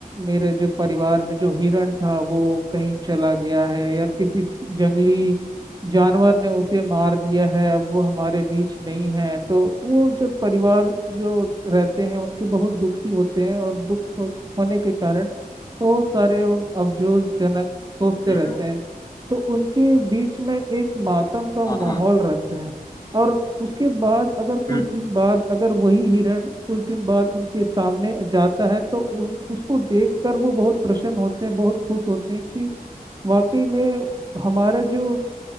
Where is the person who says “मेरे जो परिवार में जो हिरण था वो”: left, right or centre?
Right